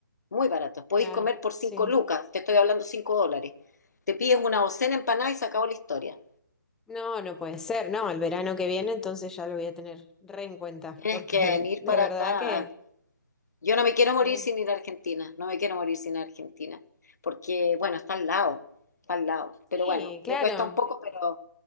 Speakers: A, on the left; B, in the centre.
A: muy baratos. Podéis
B: Claro,
A: comer por
B: sí.
A: 5 lucas, te estoy hablando 5 dólares. Te pides una docena empanada y se acabó la historia.
B: No, no puede ser, no, el verano que viene entonces ya lo voy a tener re en cuenta,
A: Tienes
B: porque
A: que venir
B: <laughs> de
A: para
B: verdad
A: acá
B: que
A: a Yo no me quiero
B: sí,
A: morir sin ir a Argentina, no me quiero morir sin Argentina, porque bueno, está al lado, está al lado, pero
B: sí,
A: bueno,
B: claro,
A: me cuesta un poco, pero,